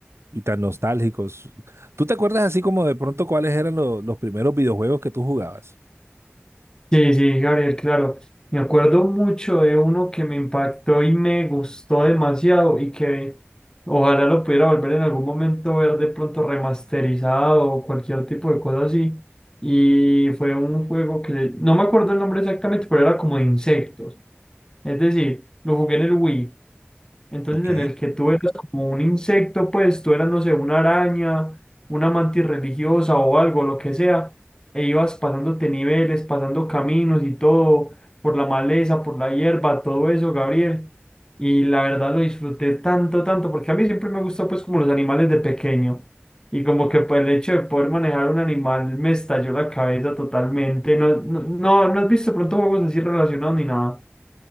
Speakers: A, on the right (about 80°); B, on the left (about 15°).
A: y tan nostálgicos. ¿Tú te acuerdas así como de pronto cuáles eran lo- los primeros videojuegos que tú jugabas?
B: sí, sí, Gabriel, claro. Me acuerdo mucho de uno que me impactó y me gustó demasiado y que ojalá lo pudiera volver en algún momento ver de pronto remasterizado o cualquier tipo de cosa así. Y fue un juego que no me acuerdo el nombre exactamente, pero era como de insectos. Es decir, lo jugué en el Wii. Entonces,
A: Ok.
B: en el que tú eras como un insecto, pues tú eras, no sé, una araña, una mantis religiosa o algo, lo que sea, e ibas pasándote niveles, pasando caminos y todo, por la maleza, por la hierba, todo eso, Gabriel. Y la verdad lo disfruté tanto, tanto, porque a mí siempre me gustó, pues, como los animales de pequeño. Y como que pues, el hecho de poder manejar un animal me estalló la cabeza totalmente. No, no, no, no has visto pronto juegos así relacionados ni nada.